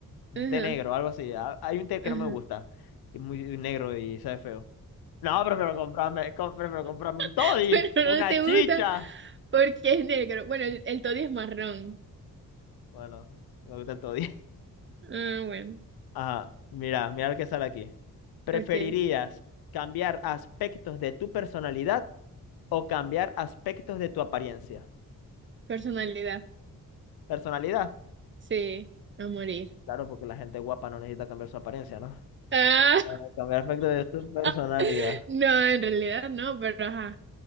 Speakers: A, on the left (about 80°); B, on the right (about 35°).
A: Un
B: Ajá,
A: té negro, algo así. Ah, Hay un té que
B: ajá.
A: no me gusta, que es muy negro y sabe feo. No, prefiero comprarme, com- prefiero comprarme un
B: <laughs>
A: toddy,
B: Pero
A: una
B: no te
A: chicha.
B: gusta porque es negro. Bueno, el, el Toddy es marrón.
A: Bueno, me gusta el toddy.
B: Ah, bueno,
A: <laughs> Ajá, mira, mira lo que sale aquí. ¿Preferirías
B: ok.
A: cambiar aspectos de tu personalidad o cambiar aspectos de tu apariencia?
B: Personalidad.
A: ¿Personalidad?
B: Sí, a morir.
A: Claro, porque la gente guapa no necesita cambiar su apariencia, ¿no?
B: Ah.
A: Bueno, Cambiar aspectos de su personalidad.
B: <laughs> No, en realidad no, pero ajá.